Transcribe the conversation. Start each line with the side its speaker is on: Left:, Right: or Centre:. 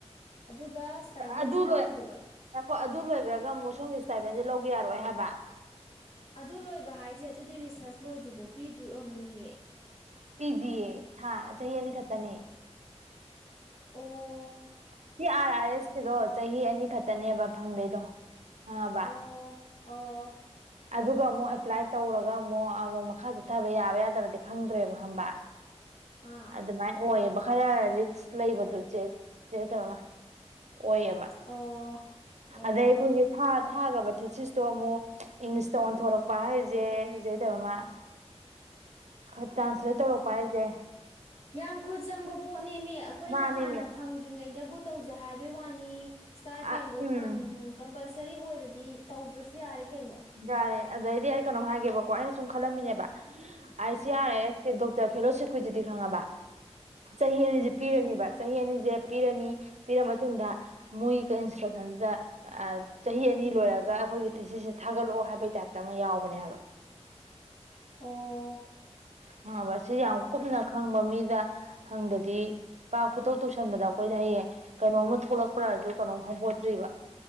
Left: ꯑꯗꯨꯒ ꯏꯁꯇꯥꯏꯄꯦꯟꯁꯦ
Right: ꯑꯗꯨ
Left: ꯂꯧꯔꯣꯏꯗꯣꯏꯕ
Right: ꯆꯄꯣ ꯑꯗꯨ ꯂꯣꯏꯈ꯭ꯔꯒ ꯑꯃꯨꯛ ꯁꯣꯝꯒꯤ ꯏꯁꯇꯥꯏꯕꯦꯟꯁꯦ ꯂꯧꯕ ꯌꯥꯔꯣꯏ ꯍꯥꯏꯕ
Left: ꯑꯗꯨ ꯂꯣꯏꯕ ꯍꯥꯏꯁꯦ ꯑꯗꯨꯗꯤ ꯔꯤꯁꯥꯔꯖ ꯂꯣꯏꯗ꯭ꯔꯤꯕꯣ ꯄꯤꯗꯣꯏ ꯑꯣꯏꯌꯝꯅꯤꯌꯦ
Right: ꯄꯤꯗꯤꯌꯦ ꯊꯥ ꯆꯍꯤ ꯑꯅꯤ ꯈꯛꯇꯅꯦ
Left: ꯑꯣ
Right: ꯁꯤ ꯑꯥꯔ ꯑꯥꯔ ꯑꯦꯁ ꯀꯗꯣ ꯆꯍꯤ ꯑꯅꯤ ꯈꯛꯇꯅꯦꯕ ꯐꯪꯗꯣꯏꯗꯣ ꯍꯪꯉꯕ
Left: ꯑꯣ ꯑꯣ
Right: ꯑꯗꯨꯒ ꯑꯃꯨꯛ ꯑꯦꯄ꯭ꯂꯥꯏ ꯇꯧꯔꯒ ꯑꯃꯨꯛ ꯑꯃꯨꯛ ꯃꯈꯥ ꯆꯠꯊꯕ ꯌꯥꯕ ꯌꯥꯗꯕꯗꯤ ꯈꯪꯗ꯭ꯔꯦꯕ ꯍꯕꯥ
Left: ꯑꯥ
Right: ꯑꯗꯨ ꯃꯥꯏ ꯑꯣꯏꯌꯦꯕ ꯈꯔ ꯔꯤꯛꯁ ꯂꯩꯕꯗꯣ ꯆꯦꯠꯇꯕ ꯑꯃ ꯑꯣꯏꯌꯦꯕ
Left: ꯑꯣ ꯑꯣ
Right: ꯑꯗꯥꯏ ꯈꫭꯏꯒꯦ ꯊꯥ ꯊꯥꯒꯕ ꯊꯦꯠꯁꯤꯁꯇꯣ ꯑꯃꯨꯛ ꯏꯪꯂꯤꯁꯇ ꯑꯣꯟꯊꯣꯔꯛꯄ ꯍꯥꯏꯁꯦꯖꯩꯗꯕ ꯑꯃ
Left: ꯍꯥꯏ <unintelligible>
Right: ꯈꯔ ꯇ꯭ꯔꯥꯟꯁꯂꯦꯠ ꯇꯧꯔꯛꯄ ꯍꯥꯏꯁꯦ
Left: ꯌꯥꯝ ꯈꯨꯠ ꯆꯪꯕ ꯄꯣꯠꯅꯦꯃꯤ ꯑꯩꯈꯣꯏꯅ
Right: ꯃꯥꯅꯦꯃꯦ
Left: ꯍꯥꯟꯅ ꯐ ꯐꯪꯗ꯭ꯔꯤꯉꯩꯗꯕꯨ ꯇꯧꯖꯩ ꯍꯥꯏꯕꯩ ꯋꯥꯅꯤ ꯁ꯭ꯇꯥꯥꯏ
Right: ꯑ
Left: ꯄꯦꯟꯗꯣ
Right: ꯎꯝ
Left: ꯀꯝꯄꯜꯁꯔꯤ ꯑꯣꯏꯔꯗꯤ ꯇꯧꯗ꯭ꯔꯁꯨ ꯌꯥꯔꯦ ꯀꯩꯅꯣ
Right: ꯌꯥꯔꯦ ꯑꯗꯩꯗꯤ ꯑꯩ ꯀꯩꯅꯣ ꯍꯥꯏꯒꯦꯕꯀꯣ ꯑꯩꯅ ꯁꯨꯝ ꯈꯜꯂꯝꯃꯤꯅꯦꯕ I
Left: um
Right: C R A ꯑꯦꯁꯀꯤ ꯐꯦꯂꯣꯁꯤꯞꯀꯤꯗꯨꯗꯤ ꯈꯪꯉꯕ ꯆꯍꯤ ꯑꯅꯤꯁꯤ
Left: ꯎꯝ
Right: ꯄꯤꯔꯅꯤꯕ ꯆꯍꯤ ꯑꯅꯤꯁꯦ ꯄꯤꯔꯅꯤ ꯄꯤꯔ ꯃꯇꯨꯡꯗ ꯃꯣꯏ ꯏꯟꯁꯇ꯭ꯔꯛꯁꯟꯁꯤꯗ ꯆꯍꯤ ꯑꯅꯤ ꯂꯣꯏꯔꯒ ꯑꯩꯈꯣꯏꯒꯤ ꯊꯩꯁꯤꯁꯦ ꯊꯥꯒꯠꯂꯛꯑꯣ ꯍꯥꯏꯕꯩ ꯇꯥꯏꯞꯇ ꯑꯃ ꯌꯥꯎꯕꯅꯦꯕ
Left: ꯑꯣ
Right: ꯍꯥ ꯃꯁꯤ ꯌꯥꯝ ꯀꯨꯞꯅ ꯈꯪꯕ ꯃꯤꯗ ꯍꯪꯗꯗꯤ ꯄꯥꯛ ꯄꯨꯇꯣꯛ ꯇꯧꯁꯟꯕꯗ ꯑꯩꯈꯣꯏꯗ ꯍꯌꯦꯡ ꯀꯩꯅꯣꯝ ꯊꯣꯛꯂꯛꯄ꯭ꯔꯥ ꯑꯗꯨ ꯀꯩꯅꯣꯝ ꯈꯪꯕꯣꯠꯇ꯭ꯔꯤꯕ